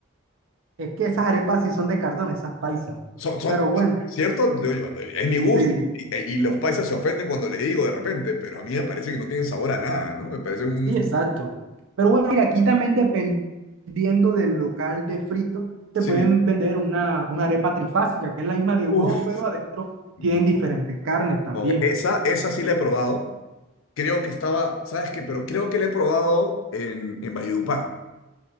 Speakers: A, on the right (about 65°); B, on the left (about 65°).
A: Es que esas arepas sí son de cartón, esas paisas.
B: Son, son,
A: Pero bueno,
B: son- ¿cierto? Yo- yo- es mi gusto.
A: sí,
B: Y, e, y los paisas se ofenden cuando le digo de repente, pero a mí me parece que no tienen sabor a nada, ¿no? Me parece un...
A: sí, exacto. Pero bueno, mira, aquí también dependiendo del local de frito,
B: Sí.
A: te pueden vender una, una arepa trifásica, que es la misma de
B: Uf,
A: huevo, pero adentro
B: no.
A: tienen diferentes carnes también.
B: No, esa, esa sí la he probado. Creo que estaba, ¿sabes qué? Pero creo que la he probado en, en Valledupar.